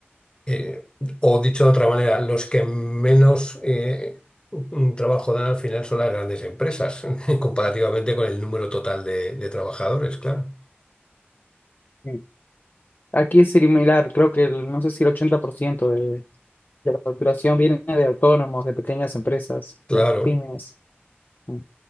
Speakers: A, on the left; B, on the left.
A: eh, o dicho de otra manera, los que menos eh, un trabajo dan al final son las grandes empresas, <laughs> comparativamente con el número total de de trabajadores, claro.
B: Sí. Aquí es similar, creo que el- no sé si el 80% de, de la facturación viene de autónomos, de pequeñas empresas,
A: Claro,
B: las pymes, mm,